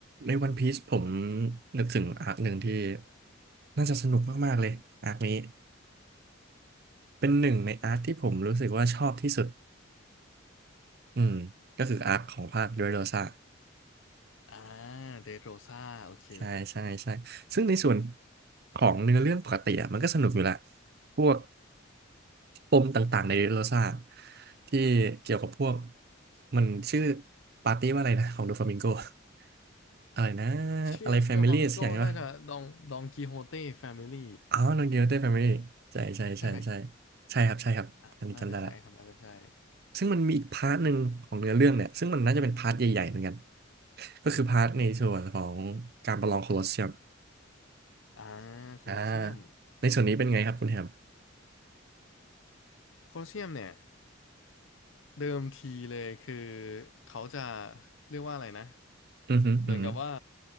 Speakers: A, on the right; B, on the left.
A: ในวันพีซผมนึกถึงอาร์คหนึ่งที่น่าจะสนุกมากๆเลยอาร์คนี้เป็นหนึ่งในอาร์คที่ผมรู้สึกว่าชอบที่สุดอืมก็คืออาร์คของภาคด u โรซา
B: อ่าเดโรซาโอเค
A: ใช่ใช่ใช่ซึ่งในส่วนของเนื้อเรื่องปกติอะมันก็สนุกอยู่แหละพวกปมต่างๆในโรซ่าที่เกี่ยวกับพวกมันชื่อปาร์ตี้ว่าอะไรนะของโดฟามิงโก <laughs> อะไรนะ
B: ชื่อโดฟามิงโกน่าจะดองดองกิโฮเต้แฟมิลี่
A: อะไรแฟมิลี่สักอย่างใช่ปะ อ๋อโนเกียวเต้แฟมิลี่ใช่ใช่ใช่ใช่
B: ใช่ไหม
A: ใช่ครับใช่ครับอันนี้จำได้ละ
B: อ่ะน่าจะใช่ครับน่าจะใช่
A: ซึ่งมันมีอีกพาร์ทหนึ่งของเนื้อเรื่องเนี่ยซึ่งมันน่าจะเป็นพาร์ทใหญ่ๆเหมือนกันก็คือพาร์ทในส่วนของการประลองโคลอสเซียม
B: อ่าโคลอสเซียม
A: อ่าในส่วนนี้เป็นไงครับคุณแฮม
B: โคลอสเซียมเนี่ย เดิมทีเลยคือเขาจะเรียกว่าอะไรนะ
A: อือหึอือฮึอ
B: เหมือนกับว่า